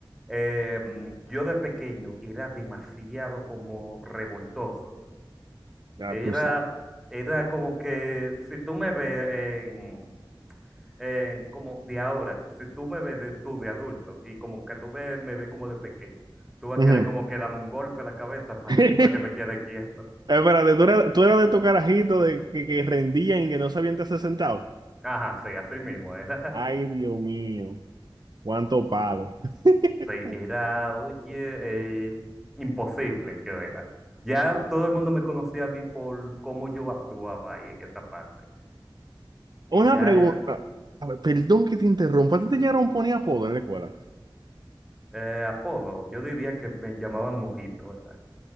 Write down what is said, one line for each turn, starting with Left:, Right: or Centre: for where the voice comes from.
Centre: eh, mm, yo de pequeño era demasiado como revoltoso.
Right: Ya
Centre: Era,
Right: tú sabes.
Centre: era como que si tú me ves en, en como de ahora, si tú me ves de, tú de adulto y como que tú ves- me ves como de pequeño, tú vas
Right: Ujú.
Centre: a querer como que dame un golpe en la cabeza para
Right: <laughs>
Centre: <laughs> que me quede quieto.
Right: Espérate, ¿tú eras, tú eras de tu carajito de que, que rendían y que no sabían te hacer sentado?
Centre: Ajá, sí, así mismo era.
Right: Ay, Dios mío, cuánto palo. <laughs>
Centre: Sí, era, oye, eh, imposible yo era. Ya todo el mundo me conocía a mí por cómo yo actuaba ahí en esa parte. Y
Right: Una
Centre: ya
Right: pregunta.
Centre: era
Right: A ver, perdón que te interrumpa. ¿A ti te llegaron a poner apodo en la escuela?
Centre: eh, apodo, yo diría que me llamaban Ojito, era.